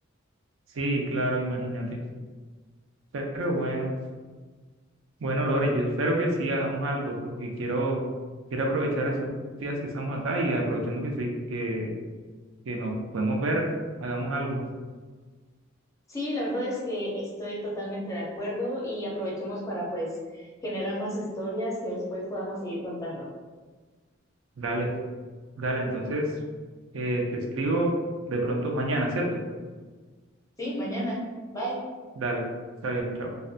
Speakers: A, on the right; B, on the left.
A: Sí, claro, imagínate. Pero bueno, bueno, Lore, yo espero que sí hagamos algo porque quiero, quiero aprovechar estos días que estamos acá y aprovechando que, sí- que, que nos podemos ver, hagamos algo.
B: Sí, la verdad es que estoy totalmente de acuerdo y aprovechemos para pues generar más historias que después podamos seguir contando.
A: Dale. Dale, entonces eh, te escribo de pronto mañana, ¿cierto?
B: Sí, mañana. Bye.
A: Dale, está bien, chao.